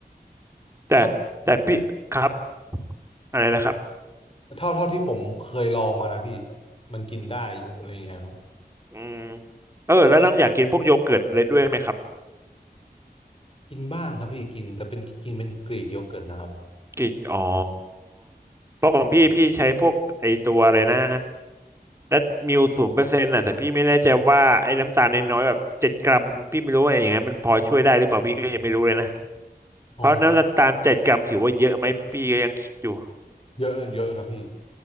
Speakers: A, on the right; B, on the left.
A: แต่แต่พี่ครับ
B: ถ้า
A: อะไรนะครับ
B: เท่าเท่าที่ผมเคยลองมานะพี่แบบมันกินได้อยู่อะไรเงี้ยครับ
A: อืมเออแล้วน้องอยากกินพวกโยเกิร์ตเลยด้วยไหมครับ
B: กินบ้างครับพี่กินแต่เป็นกินเป็นกรีกโยเกิร์ตนะครับ
A: กินอ๋อเพราะของพี่พี่ใช้พวกไอตัวอะไรนะ แล้วมิวศูนย์เปอร์เซ็นต์ะแต่พี่ไม่แน่ใจว่าไอ้น้ำตาลน้อยๆแบบเจ็ดกรัมพี่ไม่รู้ว่าอย่างเงี้ยมันพอช่วยได้หรือเปล่าพี่ก็ยังไม่รู้เลยนะเพราะน้ำตาลเจ็ดกรัมถือว่าเยอะไหมพี่ก็ยังคิดอยู่
B: อ๋อเยอะเยอะครับพี่